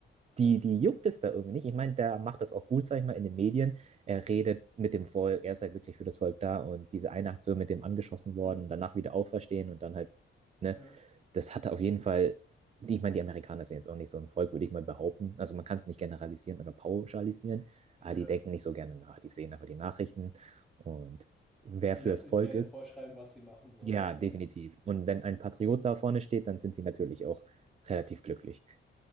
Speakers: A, on the right; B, in the centre.
A: die,
B: Ja,
A: die juckt es da irgendwie nicht. Ich meine, der macht das auch gut, sag ich mal, in den Medien. Er redet mit dem Volk, er ist halt wirklich für das Volk da und diese eine Aktion mit dem angeschossen worden,
B: ja,
A: danach wieder auferstehen und dann halt, ne,
B: ja.
A: das hat er auf jeden Fall, die- ich meine, die Amerikaner sind jetzt auch nicht so ein Volk, würde ich mal behaupten. Also man kann es nicht generalisieren oder pauschalisieren, aber
B: ja.
A: die denken nicht so gerne nach. Die sehen einfach die Nachrichten und wer
B: die
A: fürs
B: lassen
A: Volk
B: sich gerne
A: ist,
B: vorschreiben, was sie machen sollen.
A: ja,
B: Ja.
A: definitiv. Und wenn ein Patriot da vorne steht, dann sind sie natürlich auch relativ glücklich.